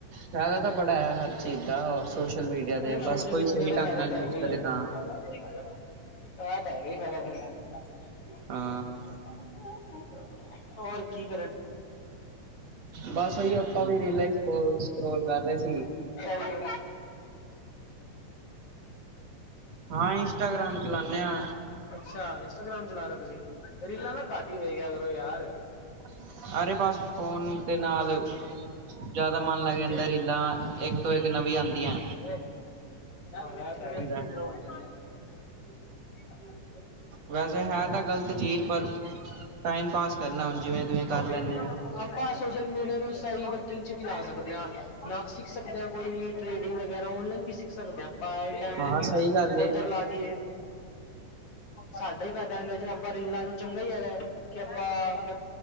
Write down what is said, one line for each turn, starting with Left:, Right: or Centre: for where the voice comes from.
Right: ਫਾਇਦਾ ਤਾਂ ਬੜਾ ਹੈ ਹਰ ਚੀਜ਼ ਦਾ ਸੋਸ਼ਲ ਮੀਡੀਆ ਤੇ
Left: ਉਹ ਸੋਸ਼ਲ
Right: ਬਸ ਕੋਈ
Left: ਮੀਡੀਆ
Right: ਸਹੀ
Left: ਦਾ
Right: ਢੰਗ
Left: ਫਾਇਦਾ
Right: ਨਾਲ
Left: ਤਾਂ
Right: ਯੂਜ
Left: ਹੈਗਾ ਹੀ
Right: ਕਰੇ ਤਾਂ ਹਾਂ
Left: <unintelligible> <unintelligible>
Right: ਹਾਂ
Left: <unintelligible> <unintelligible> ਅੱਛਾ
Right: ਬਸ ਉਹੀ ਆਪਾਂ ਵੀ ਰੀਲਾਂ ਹੀ ਸਕਰੋਲ ਕਰ ਰਹੇ ਸੀ।
Left: ਜੀ <unintelligible>
Right: ਹਾਂ ਇੰਸਟਾਗ੍ਰਾਮ ਚਲਾਨੇ ਆ
Left: ਅੱਛਾ ਇੰਸਟਾਗ੍ਰਾਮ ਚਲਾ ਰਹੇ ਤੁਸੀਂ ਰੀਲਾ ਨਾ ਘੱਟ ਹੀ ਵੇ ਗਿਆ ਕਰੋ ਯਾਰ
Right: ਹਮ ਅਰੇ ਬਸ ਫੋਨ ਦੇ ਨਾਲ ਜ਼ਿਆਦਾ ਮਨ ਲੱਗ
Left: ਹਾਂਜੀ
Right: ਜਾਂਦਾ ਰੀਲਾਂ ਇੱਕ ਤੋਂ ਇੱਕ ਨਵੀਂ ਆਉਦੀਆਂ
Left: <unintelligible>
Right: ਹੈ। ਵੈਸੇ ਹੈ ਤਾਂ ਗ਼ਲਤ ਚੀਜ਼ ਪਰ ਟਾਈਮ ਪਾਸ ਕਰਨਾ
Left: <unintelligible>
Right: ਜਿਵੇਂ ਤਿਵੇਂ ਕਰ ਲੈਂਨੇ ਆ।
Left: ਮੀਡੀਆ ਨੂੰ ਵਰਕਿੰਗ ਚ ਵੀ ਲਾ ਸਕਦੇ ਹਾਂ ਨਾ ਸਿੱਖ ਸਕਦੇਾਂ ਕੋਈ ਵੀ ਟ੍ਰੇਡਿੰਗ ਵਗੈਰਾ ਓਨਲਾਈਨ ਵੀ ਸਿੱਖ ਸਕਦੇ ਹਾਂ ਪਾਇਆ ਵੀ ਟਮ
Right: ਹਾਂ ਸਹੀ ਗੱਲ
Left: ਉਓਧਰ
Right: ਏ।
Left: ਲਾ ਦੀਏ ਸਾਡਾ ਹੀ ਫਾਇਦਾ ਹਦਾ <unintelligible> ਆਪਾਂ ਰਲਾ ਚੰਗਾ ਹੀ ਹੈਗਾ ਕਿ ਆਪਾਂ ਕ